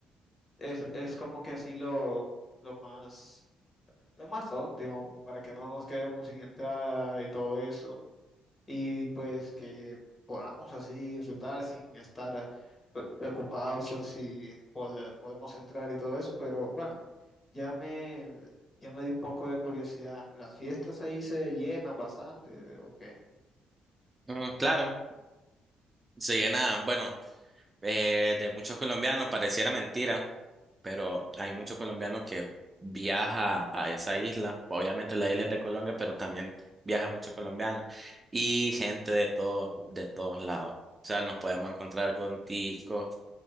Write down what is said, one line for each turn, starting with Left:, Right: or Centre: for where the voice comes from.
Left: es, es como que así lo, lo más, lo más óptimo para que no nos quedemos sin entrada y todo eso. y pues que podamos así disfrutar sin estar ah, pre- preocupados por si pode- podemos entrar y todo eso, pero bueno, ya me, ya me dio un poco de curiosidad. ¿Las fiestas ahí se llenan bastante o qué?
Right: Mm, claro, se llena, bueno, eh, de muchos colombianos, pareciera mentira, pero hay muchos colombianos que viaja a esa isla. Obviamente la isla es de Colombia, pero también viaja muchos colombianos y gente de todos, de todos lados. O sea, nos podemos encontrar con ticos,